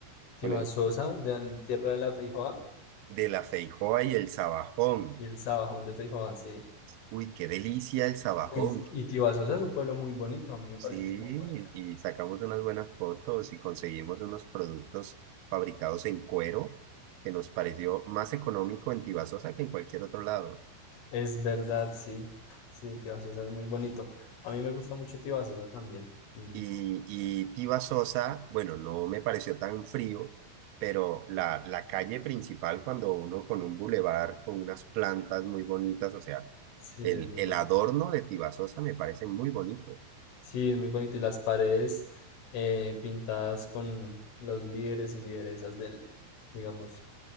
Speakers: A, on the left (about 85°); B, on the right (about 90°).
A: Tibasosa,
B: con el
A: de la tierra de la Feijoa,
B: de la Feijoa y el Sabajón.
A: y el Sabajón de Feijoa, sí.
B: Uy, qué delicia el Sabajón.
A: Uy, y Tibasosa es un pueblo muy bonito, a mí me
B: Sí,
A: parece muy bonita.
B: y sacamos unas buenas fotos y conseguimos unos productos fabricados en cuero que nos pareció más económico en Tibasosa que en cualquier otro lado.
A: Es verdad, sí, sí, Tibasosa es muy bonito. A mí me gusta mucho Tibasosa también, y
B: Y, y Tiva Sosa, bueno, no me pareció tan frío, pero la, la calle principal, cuando uno con un bulevar, con unas plantas muy bonitas, o sea,
A: sí,
B: el,
A: es muy
B: el
A: bonito.
B: adorno de Tiva Sosa me parece muy bonito.
A: Sí, es muy bonito. Y las paredes eh, pintadas con los líderes y lideresas del, digamos,